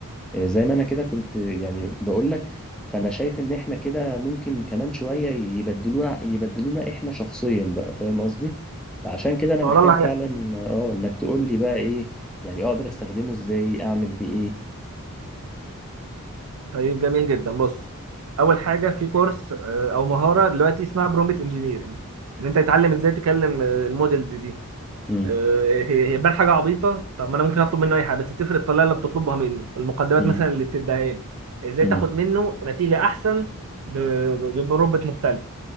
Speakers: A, in the centre; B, on the right.
A: إيه، زي ما أنا كده كنت يعني بقول لك فأنا شايف إن إحنا كده ممكن كمان شوية يبدلونا يبدلونا إحنا شخصيا بقى فاهم قصدي؟ فعشان كده أنا
B: ما
A: محتاج
B: هو ده اللي
A: فعلا
B: هيحصل
A: أه إنك تقول لي بقى إيه يعني أقدر أستخدمه إزاي أعمل بيه إيه؟
B: طيب جميل جدا بص اول حاجه في كورس آه، او مهاره دلوقتي اسمها برومبت انجينيرنج ان انت تتعلم ازاي تكلم آه، المودلز دي
A: امم
B: آه، هي هي بان حاجه عبيطه طب ما انا ممكن اطلب منه اي حاجه بس بتفرق الطريقه اللي بتطلبها منه المقدمات
A: امم
B: مثلا اللي بتديها لي ازاي
A: امم
B: تاخد منه نتيجه احسن ب- ب- بمربط مختلف